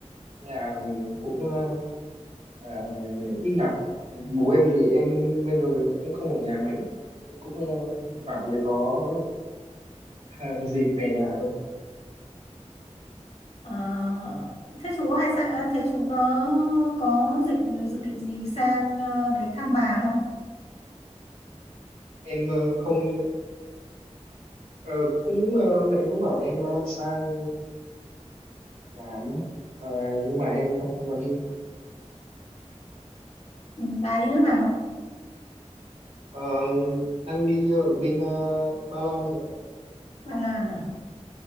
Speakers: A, on the right; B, on the left.
A: Nên là cũng ờ, ờ, ít gặp bố em thì em bây giờ cũng không ở nhà mấy cũng ờ, thỉnh thoảng mới có <laughs> dịp về nhà thôi
B: Ờ, thế chú có hay sang à, thế chú có có định dự định gì sang ờ, đấy thăm bà không
A: em ờ, không ờ, cũng ờ, mẹ em cũng bảo em ờ, sang làm ấy Ờ, nhưng mà em không không có đi
B: Ừ, bà đi nước nào
A: Ờ, đang đi ở bên ờ, Ba Lan chị ạ
B: Bạn làm à?